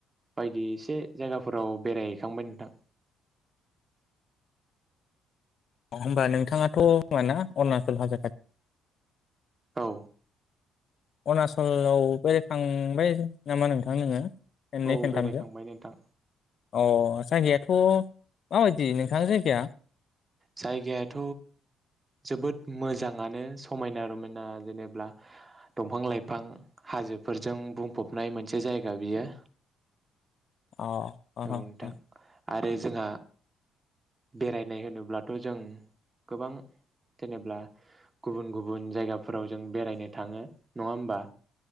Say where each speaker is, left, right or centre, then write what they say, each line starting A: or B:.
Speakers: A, on the right; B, on the left.
A: बायदि एसे जायगाफोराव बेरायहैखांबाय नोंथां।
B: अ होमबा नोंथाङाथ' अरुणचल हाजो खाथि।
A: औ
B: अरुणाचलाव बेरायखांबाय नामा नोंथां नोङो? खेनै
A: औ
B: खेनथामसो
A: बेरायखांबाय नोंथां
B: अह जायो। थ' माबायदि नोंथां जायगाया।
A: जायगायाथ' जोबोद मोजाङानो समायना रमायना जेने दंफां लाइफां हाजोफोरजों बुंफबनाय मोनसे जायगा बियो।
B: अह अह
A: औ नोंथां
B: अ
A: आरो जोंहा बेरायनाय होनोब्लाथ' जों गोबां जेनेबा गुबुन गुबुन जायगाफोराव जों बेरायनो थाङो नङा होमबा।